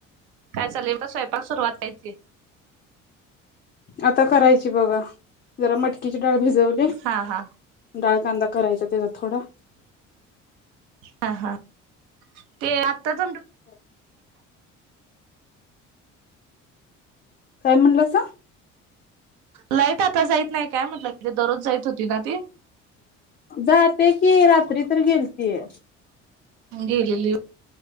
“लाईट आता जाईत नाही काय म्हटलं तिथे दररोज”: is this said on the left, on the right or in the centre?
Right